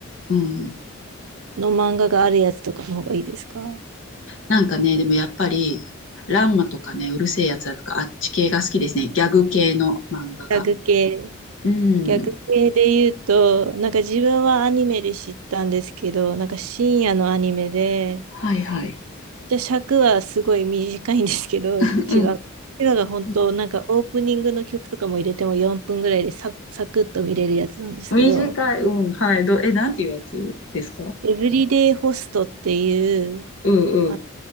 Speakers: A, on the left; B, on the right.
A: うん。
B: の漫画があるやつとかの方がいいですか
A: なんかね、でもやっぱり、ランマとかね、うるせえやつらとか、あっち系が好きですね。ギャグ系の漫画が。
B: 逆系。
A: うん。
B: 逆系で言うと、なんか自分はアニメで知ったんですけど、なんか深夜のアニメで、
A: はいはい。
B: じゃあ尺はすごい短いんですけど、
A: <laughs>
B: <laughs> 1話。
A: う
B: 1話が本当、
A: ん。
B: なんかオープニングの曲とかも入れても4分ぐらいでサ、サクッと見れるやつなんですけど、
A: 短い、うん、はい。ど、え、なんていうやつですか
B: エブリデイホストっていう
A: うんうん。
B: あ